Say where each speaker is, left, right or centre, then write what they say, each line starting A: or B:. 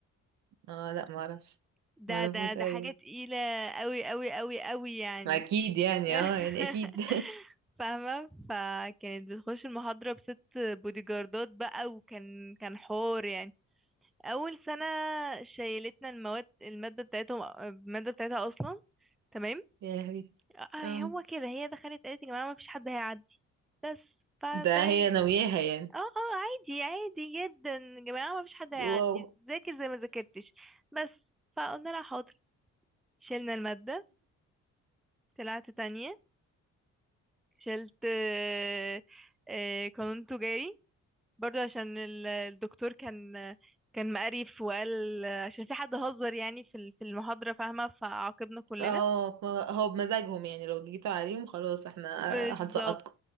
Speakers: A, on the right; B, in the centre.
A: اه لا ما اعرفش
B: ده
A: ما اعرفوش
B: ده ده
A: قوي
B: حاجة تقيلة قوي قوي قوي قوي يعني
A: ما اكيد يعني
B: <laughs>
A: اه يعني اكيد
B: فاهمة فكانت بتخش المحاضرة بست بودي جاردات بقى وكان كان حوار يعني أول سنة شيلتنا المواد المادة بتاعتهم المادة بتاعتها أصلا تمام
A: <laughs> يا لهوي
B: آه
A: اه
B: هو كده هي دخلت قالت يا جماعة مفيش حد هيعدي بس فتمام
A: ده هي ناوياها يعني
B: اه اه عادي عادي جدا يا جماعة مفيش حد هيعدي
A: واو
B: ذاكر زي ما ذاكرتش بس فقلنا لها حاضر شيلنا المادة طلعت تانية شلت آه، آه، قانون تجاري برضو عشان ال- الدكتور كان كان مقرف وقال عشان في حد هزر يعني في ال- في المحاضرة فاهمة فعاقبنا كلنا
A: اه ما- هو بمزاجهم يعني لو جيتوا عليهم خلاص احنا
B: بالظبط
A: آه، هنسقطكم